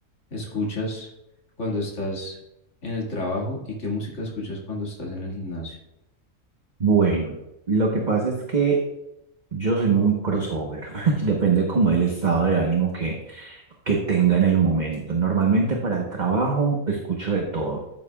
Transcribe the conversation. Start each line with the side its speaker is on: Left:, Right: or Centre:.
Left: escuchas cuando estás en el trabajo y qué música escuchas cuando estás en el gimnasio?
Right: Bueno, lo que pasa es que yo soy muy crossover, <laughs> depende como del estado de ánimo que, que tenga en el momento. Normalmente para el trabajo escucho de todo.